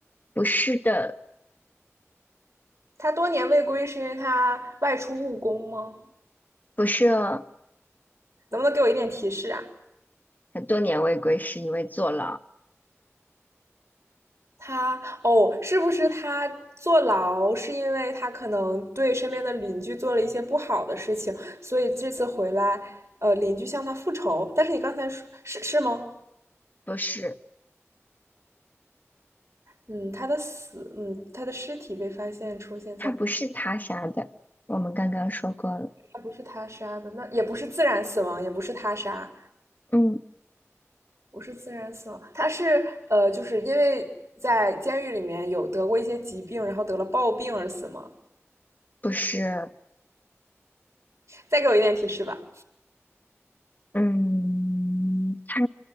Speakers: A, on the left (about 35°); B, on the right (about 80°).
A: 不是的，
B: 他多年未归是因为他外出务工吗？
A: 不是哦。
B: 能不能给我一点提示啊？
A: 很多年未归是因为坐牢，
B: 他哦，是不是他坐牢是因为他可能对身边的邻居做了一些不好的事情，所以这次回来，呃，邻居向他复仇。但是你刚才说是是吗？
A: 不是，
B: 嗯，他的死，嗯，他的尸体被发现出现在，
A: 他不是他杀的，我们刚刚说过了，
B: 他不是他杀的，那也不是自然死亡，也不是他杀，
A: 嗯，
B: 不是自然死亡，他是呃，就是因为在监狱里面有得过一些疾病，然后得了暴病而死吗？
A: 不是，
B: 再给我一点提示吧。
A: 嗯，他